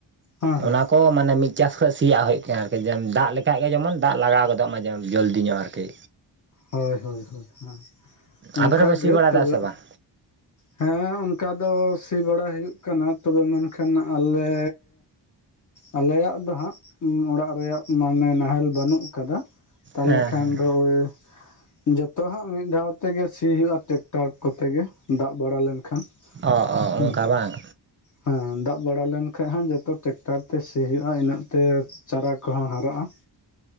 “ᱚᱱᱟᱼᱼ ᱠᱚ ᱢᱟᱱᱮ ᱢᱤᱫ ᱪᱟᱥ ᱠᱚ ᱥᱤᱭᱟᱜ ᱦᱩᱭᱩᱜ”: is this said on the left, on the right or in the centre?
Right